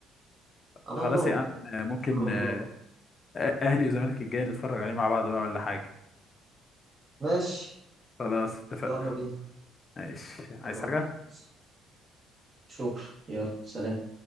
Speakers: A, on the right (about 25°); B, on the left (about 30°).
A: على
B: خلاص
A: الله
B: يا عم آه، ممكن
A: على الله
B: آه، اهلي وزمالك الجاي نتفرج عليه مع بعض بقى ولا حاجه
A: ماشي
B: خلاص اتفقنا
A: يلا بينا
B: ماشي عايز
A: خلاص.
B: حاجة
A: شكرا يلا سلام